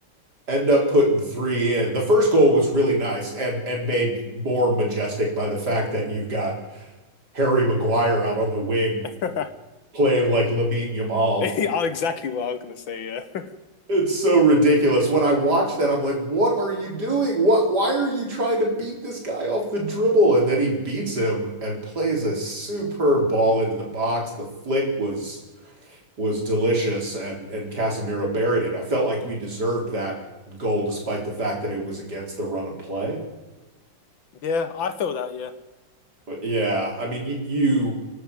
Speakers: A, on the right (about 45°); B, on the left (about 60°).
A: end up putting three in. The first goal was really nice and and made more majestic by the fact that you've got Harry Maguire out on the wing
B: <laughs>
A: playing like Lamine Yamal.
B: Exactly what I was gonna say, yeah. <laughs>
A: It's so ridiculous. When I watch that, I'm like, what are you doing? What, why are you trying to beat this guy off the dribble? And then he beats him and plays a superb ball into the box. The flick was was delicious and and Casemiro buried it. I felt like we deserved that goal despite the fact that it was against the run of play.
B: Yeah, I feel that, yeah.
A: Yeah, I mean, you, you